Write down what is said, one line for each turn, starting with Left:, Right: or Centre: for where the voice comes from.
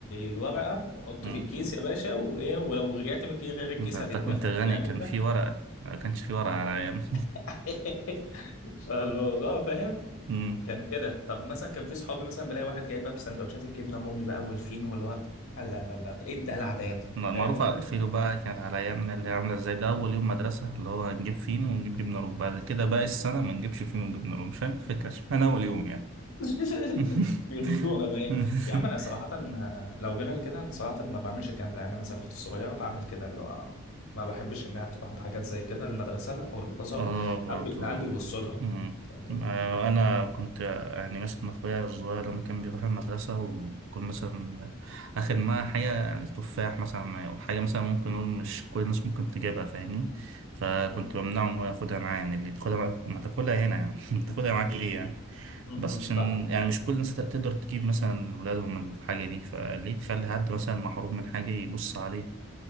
Left: الورقه وحط
Right: <laughs> مم.
Left: في الكيس يا باشا وايه ولو رجعت من الكي- غير الكيس
Right: ده انت
Left: هتتنفخ
Right: كنت غني
Left: فاهم
Right: كان
Left: انت
Right: في ورقة ما كانش في ورقة على ايامي
Left: <laughs> فالموضوع فاهم
Right: <laughs>
Left: كان كده طب مثلا كان في صحابي مثلا بلاقي واحد جاي بقى بسندوتشات الجبنه الرومي بقى والفينو واللي هو لا لا لا ايه الدلع ده يا ابني
Right: معروف
Left: فاهم انت
Right: على الفينو بقى كانت على أيامنا اللي هي عاملة ازاي ده أول يوم مدرسة اللي هو هنجيب فينو ونجيب جبنة روب بعد كده بقى السنة ما نجيبش فينو ونجيب جبنة روب مش فاهم الفكرة اشمعنى أول يوم يعني
Left: <laughs>
Right: <laughs>
Left: بيغيظونا بقى ايه يا عم انا صراحه آه، لو جينا لكده انا صراحه ما بعملش الكلام ده يعني مثلا اختي الصغيره بعمل كده اللي هو ما بحبش انها تروح بحاجات زي كده المدرسه او الازهر
Right: اه برضو
Left: العيال بي- العيال بيبصوا لها
Right: مم.
Left: فاهمني
Right: آه، أنا كنت يعني مثلا أخويا الصغير لما كان بيروح المدرسة وكنت مثلا آخد معاه حاجة يعني تفاح مثلا أو حاجة مثلا ممكن نقول مش كل الناس ممكن تجيبها فاهمني فكنت
Left: م-
Right: بمنعه إن هو ياخدها معاه يعني اللي تاخدها معاك ما تاكلها هنا يعني <laughs> تاخدها معاك ليه يعني
Left: م-
Right: بس
Left: م.
Right: عشان
Left: فاهمك
Right: يعني مش كل الناس تقدر تجيب مثلا ولادهم من الحاجة دي فليه تخلي حد مثلا محروم من حاجة يبص عليها